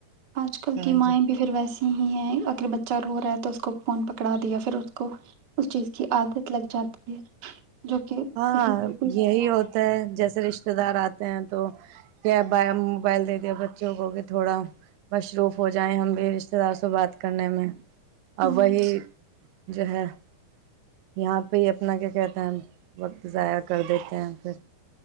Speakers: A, on the right (about 35°); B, on the right (about 90°).
A: آج کل
B: ہاں
A: کی مائیں
B: جی
A: بھی پھر ویسے نہیں ہے اگر بچہ رو رہا ہے تو اس کو فون پکڑا دیا پھر اس کو اس چیز کی عادت لگ جاتی ہے جو کہ
B: ہاں
A: صحیح بالکل
B: یہی
A: نہیں ہے
B: ہوتا ہے جیسے رشتے دار آتے ہیں تو کیا موبائل دے دیا بچوں کو کہ تھوڑا مصروف ہو جائیں ہم بھی رشتے دار سے بات کرنے میں ا
A: ہم،
B: وہی ج ہے <unintelligible> یہاں پہ <unintelligible> اپتنا کیا کہتے ہیں ہم وقت ضائع کر دیتے ہیں پھر